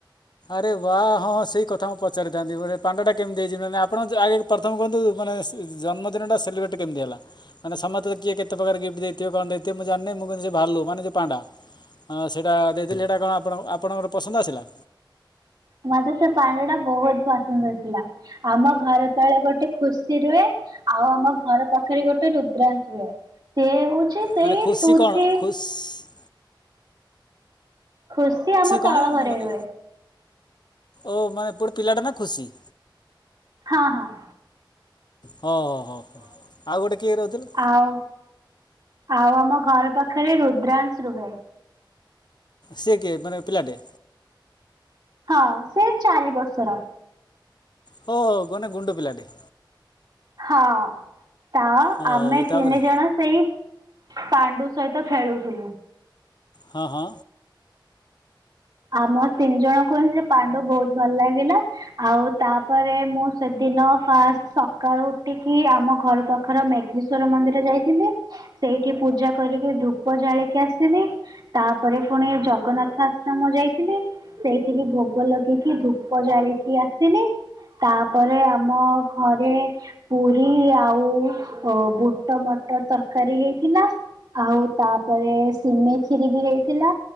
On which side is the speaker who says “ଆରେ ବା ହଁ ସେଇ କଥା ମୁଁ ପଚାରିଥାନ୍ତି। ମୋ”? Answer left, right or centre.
Left